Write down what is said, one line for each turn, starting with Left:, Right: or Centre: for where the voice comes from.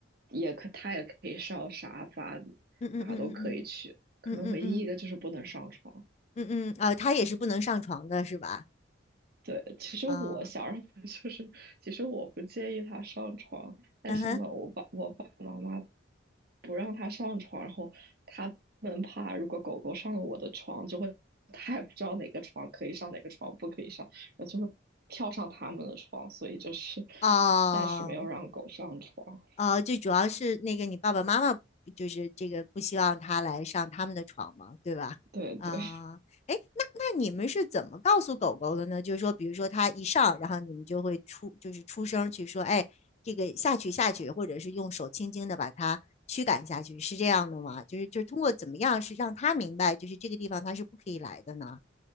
Right: 也可他也可以上沙发，
Left: 嗯嗯嗯嗯
Right: 哪都可以去，可能唯一一个就是不能上床。
Left: 嗯嗯嗯嗯嗯嗯，啊，他也是不能上床的是吧？
Right: 对，其实我想让他就是，
Left: 啊，
Right: 其实我不介意他上床，但是呢，
Left: 嗯哼，
Right: 我爸我爸爸妈妈不让他上床，然后他们怕如果狗狗上了我的床，就会他也不知道哪个床可以上，哪个床不可以上，然后就会跳上他们的床，所以就是
Left: 哦。
Right: 暂时没有让狗上床。
Left: 呃，最主要是那个你爸爸妈妈就是这个不希望他来上他们的床嘛，对吧？
Right: 对对，
Left: 啊、诶哎，那那你们是怎么告诉狗狗的呢？就是说，比如说它一上，然后你们就会出就是出声去说，哎，这个下去下去，或者是用手轻轻的把它驱赶下去，是这样的吗？就是就是通过怎么样是让它明白，就是这个地方它是不可以来的呢？